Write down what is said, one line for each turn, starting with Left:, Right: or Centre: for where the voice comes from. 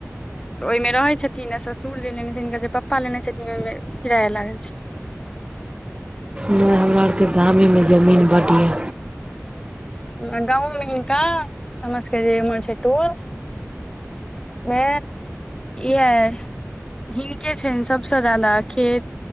Left: ओहिमे रहै छथिन आ ससुर जे लेने छथिन हिनकर जे पप्पा लेने छथिन ओहिमे किराया लागल छै।
Right: नै हमरा के गामे मे जमीन बड्ड यै।
Left: आ गाँवो मे हिनका हमर सबके जेम्हर छै टोल मे इहै हिनके छैन सभस ज्यादा खेत,